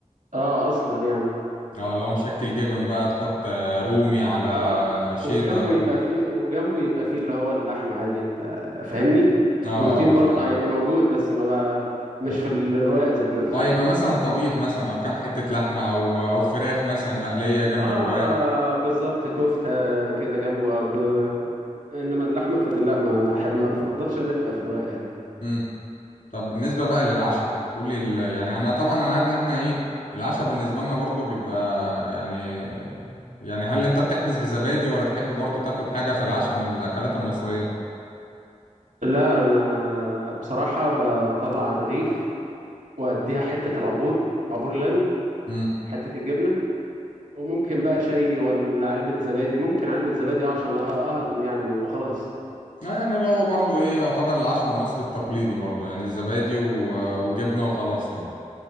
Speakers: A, on the right; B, on the left.
A: اه اصلا يعني
B: اه لو مشكل جبن بقى تحط آه، رومي على
A: اه
B: شيدر
A: وجنبه يبقى فيه وجنبه يبقى فيه اللي هو اللحم عادي انت فاهمني
B: اه
A: بروتين برضه
B: فاهم
A: هيبقى موجود بس ما بقى مش في الرقاق ذات نفسه
B: اه يبقى مثلا طبيخ مثلا او كام حتة لحمة او او فراخ مثلا مقلية جنب
A: اه
B: الرقاق
A: بالظبط كفتة كده جنبه أب... انما اللحمة في ال- لا ما احب ما بفضلش انها تبقى في الرق يعني
B: مم. طب بالنسبة بقى للعشاء قول لي ال... يعني انا طبعا انا عارف ان احنا ايه العشاء بالنسبة لنا برضو بيبقى يعني يعني هل انت بتحبس بزبادي ولا تحب برضو تاكل حاجة في العشاء من الاكلات المصرية
A: لا انا بصراحة بطلع الرغيف واديها حتة العبور عبور لاند
B: امم
A: حتة الجبنة وممكن بقى شاي ولا علبة زبادي ممكن علبة زبادي آه، عشان أه- اهضم يعني وخلاص
B: آه يعني اللي هو برضو ايه يعتبر العشاء المصري التقليدي برضو يعني الزبادي و... وجبنة وخلاص يعني